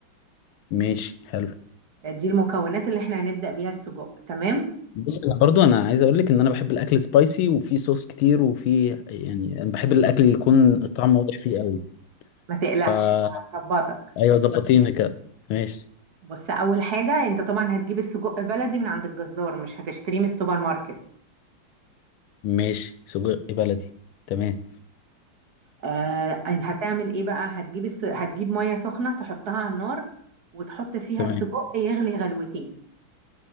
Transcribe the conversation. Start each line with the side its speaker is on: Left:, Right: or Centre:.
Left: ماشي حلو
Right: دي المكونات اللي احنا هنبدأ بيها السجق تمام
Left: بص انا برضو انا عايز اقول لك ان انا بحب الاكل سبايسي وفي صوص كتير وفي يعني أنا بحب الاكل يكون الطعم واضح فيه قوي
Right: ما تقلقش
Left: فا
Right: هظبطك
Left: ايوه ظبطينا كده ماشي
Right: بص اول حاجة انت طبعا هتجيب السجق بلدي من عند الجزار مش هتشتريه من السوبر ماركت
Left: ماشي سجق بلدي تمام
Right: آه، هتعمل ايه بقى هتجيب الس... هتجيب ميه سخنه تحطها على النار وتحط فيها
Left: تمام
Right: السجق يغلي غلوتين